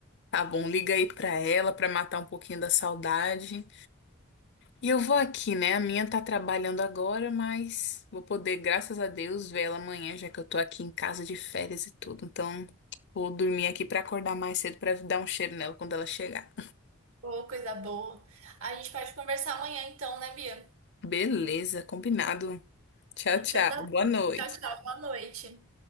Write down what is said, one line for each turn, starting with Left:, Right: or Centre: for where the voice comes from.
Left: Tá bom, liga aí pra ela pra matar um pouquinho da saudade. E eu vou aqui, né? A minha tá trabalhando agora, mas vou poder, graças a Deus, ver ela amanhã, já que eu tô aqui em casa de férias e tudo. Então, vou dormir aqui pra acordar mais cedo pra dar um cheiro nela quando ela chegar.
Right: Ô, coisa boa. A gente pode conversar amanhã, então, né, Bia?
Left: <laughs> Beleza, combinado. Tchau,
Right: Então,
Left: tchau.
Right: tá
Left: Boa
Right: bom.
Left: noite.
Right: Tchau, tchau. Boa noite.